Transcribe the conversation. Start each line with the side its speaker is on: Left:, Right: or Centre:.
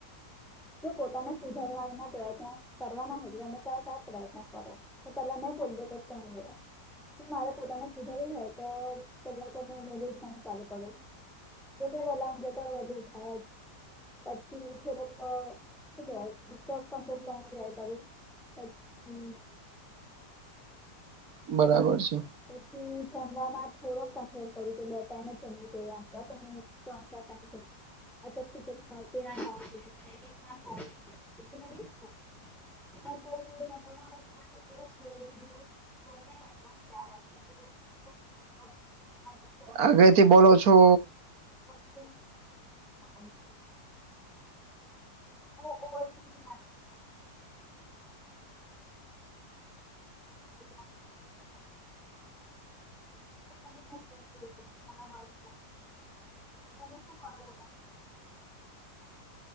Centre: જો પોતાને સુધારવાના પ્રયત્ન કરવાના હો તમે તરત આ પ્રયત્ન કરો- - તો તલા મેં બોજો ક મોર- - મારે પોતાને સુધાર્યું હોય તો પહેલાં તમે વહેલું ઉઠાણું ચાલુ કરો- - જોકે પહેલા અતો વધેું થા પછી થોડું- - ડ્રાય પતક સંપર્ ક ફ્રાય કરું- - હમ- -
Right: બરાબર છે.
Centre: પછી જમવામાં થોડોક કંટ્રોલ કરું કે બે ટાઈમ જ જમું તો જ પણ- - ઓ સર થેન્ક યુ. <unintelligible> <inaudible> ત્યારે- -
Right: આગળથી બોલો છો.
Centre: અત્યાય. હા- - એી-
Right: <inaudible>
Centre: - હા. રા તમે ખબ- -